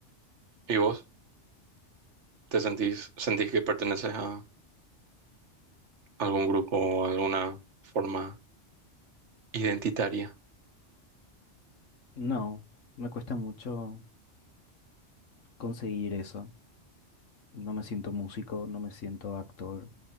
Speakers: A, on the right; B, on the left.
A: ¿Y vos? ¿Te sentís, sentís que perteneces a algún grupo o alguna forma identitaria?
B: No, me cuesta mucho conseguir eso. No me siento músico, no me siento actor,